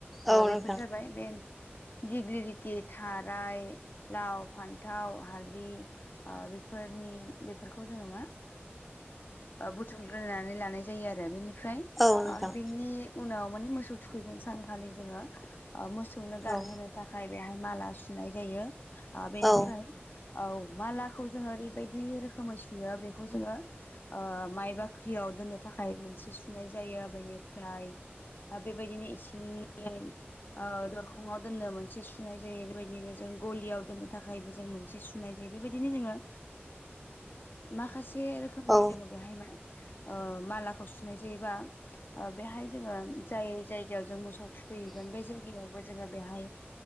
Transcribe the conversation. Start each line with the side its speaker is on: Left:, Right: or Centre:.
Centre: औ
Left: बेफोर
Centre: नोंथां
Left: जाबाय बे दिगलिटि थाराय। लाव फान्थाव हालदि बेफोरनि बेफोरखौ जोङो मा? बुथुमग्रोनानै लानाय जायो आरो बेनिफ्राय।
Centre: औ नोंथां
Left: बिनि उनाव माने मोसौ थुखैगोन सानखालि जोङो। मोसौनो गानहोनो
Centre: औ
Left: थाखाय बेहाय माला सुनाय जायो। बेनिफ्राय
Centre: औ
Left: औ मालाखौ जोङो ओरैबायदि रोखोमै सुयो बेखौ जोङो माइ बाख्रियाव दोननो थाखाय मोनसे सुनाय जायो बेनिफ्राय। आरो बेबायदिनो इसिंनि दरखंआव दोननो मोनसे सुनाय जायो बेबायदिनो जों गलियाव दोननो थाखायबो जों मोनसे सुनाय जायो बेबायदिनो जोङो। माखासे रोखोमनि
Centre: औ
Left: जोङो बेहाय म मालाखौ सुनाय जायोबा बेहाय जोङो जाय जाय मोसौ थुखैहैगोन बे जायायावबो जोङो बेहाय